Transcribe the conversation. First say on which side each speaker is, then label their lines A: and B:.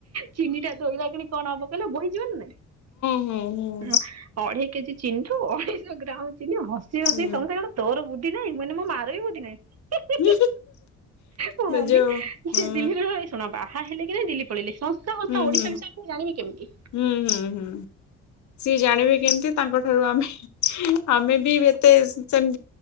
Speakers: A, on the right; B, on the left.
A: ଚିନି ଟା ଧୋଇଲା କିଣି କଣ୍ ହବ କହିଲେ ବୋହି ଯିବାନା ନାଇ
B: ହୁଁ ହୁଁ
A: ଅଢେଇ କେଜି ଚିନି ଠୁ ଅଢେଇଶହ ଗ୍ରାମ ଚିନି ହ ହସି ହସି
B: ହୁଁ
A: ସ କଣ୍ ତୋର ବୁଦ୍ଧି ନାହିଁ ମାନେ ମୋ ମାର ବି ବୁଦ୍ଧି ନାହିଁ ହୀ ହି
B: ହୁଁ
A: ହି ମୋ
B: ଯୋଉ
A: ମମି
B: ହୁଁ
A: ସେ ଦିଲ୍ଲୀ ରହେ ଶୁଣବା ବାହା ହେଲେ କି ନାହିଁ ଦିଲ୍ଲୀ ପଳେଇଲେ ସଂଶଗତ
B: ହୁଁ
A: ଓଡ଼ିଶା
B: ହୁଁ
A: ବିଷୟରେ ଜାଣିବେ କେମିତି।
B: ହୁଁ ହୁଁ ହୁଁ ସିଏ ଜାଣିବେ କେମିତି ତାଙ୍କ ଠାରୁ ଆମେ ଆମେ ବି ଏତେ ସେମ